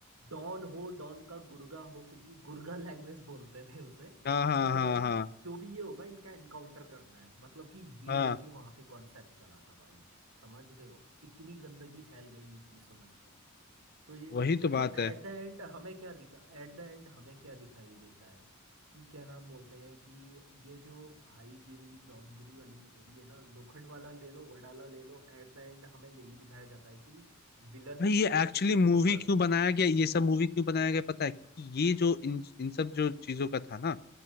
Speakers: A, on the right; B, on the left.
A: डॉन हो डॉन का गुर्गा हो कुछ भी गुर्गा लैंग्वेज बोलते थे उसे
B: हाँ हाँ
A: तो
B: हाँ
A: मतलब
B: हाँ
A: कि
B: हाँ
A: जो भी ये होगा इनका एनकाउंटर करना है मतलब कि ये
B: हाँ,
A: लेके वहां पे कॉन्सेप्ट चला था भाई समझ रहे हो इतनी गंदगी फैल गई थी समझ लो तो ये
B: वही
A: देखो
B: तो बात
A: एट
B: है
A: द एंड हमें क्या दिखा एट द एंड हमें क्या दिखाई देता है कि क्या नाम बोलते हैं कि ये जो भाईगिरी डॉनगिरी वाली मूवी है ना लोखंड वाला ले लो वडाला ले लो एट द एंड हमें यही दिखाया जाता है कि विलन
B: भाई ये
A: को
B: एक्चुअली मूवी
A: वो कर
B: क्यों
A: दिया
B: बनाया गया ये सब मूवी क्यों बनाया गया पता है क्योंकि ये जो इन इन सब जो चीजों का था ना